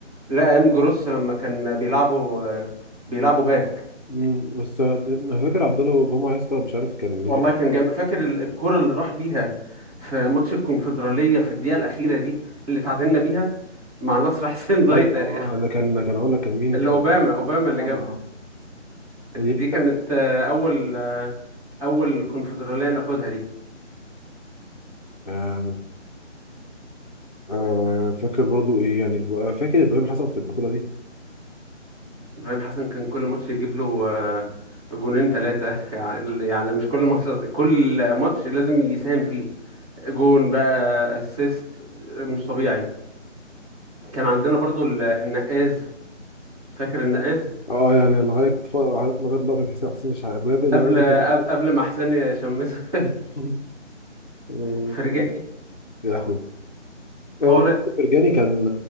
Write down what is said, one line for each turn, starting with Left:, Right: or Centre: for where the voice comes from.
Right: لا ايام جروس لما كان بيلعبوا آه، بيلعبوا باك
Left: مم. بس انا فاكر عبد الله جمعة يا اسطى مش عارف كان
Right: والله
Left: غير-
Right: كان جامد فاكر ال- الكورة اللي راح بيها في ماتش الكونفدرالية في الدقيقة الأخيرة دي اللي تعادلنا بيها مع نصر حسين <laughs> دايتر
Left: ايوه اه
Right: يعني
Left: ده كان كان اقول لك كان مين
Right: اللي
Left: كان
Right: أوباما أوباما اللي
Left: انا
Right: جابها
Left: اه
Right: ال-
Left: دي اللي
Right: دي
Left: كان
Right: كانت آه، اول آه، اول كونفدراليه ناخدها دي
Left: آه آه فاكر برضو ايه يعني آه، فاكر ابراهيم حسن في البطولة دي
Right: ابراهيم حسن كان كل ماتش يجيب له آه، جونين ثلاثه <laughs> يعني يعني مش كل ماتش قصدي، كل ماتش لازم يساهم فيه جون بقى اسيست مش طبيعي كان عندنا برضو ال- النقاز فاكر النقاز
Left: اه يعني لغاية ف... لغاية لقطة حسين حسين شحاتة بجد اللعبة
Right: قبل
Left: دي كانت
Right: قب- قبل ما حسين يشمسه
Left: <laughs> آه،
Right: <laughs> فرجاني
Left: يا لهوي هو
Right: طارق
Left: برجاني كان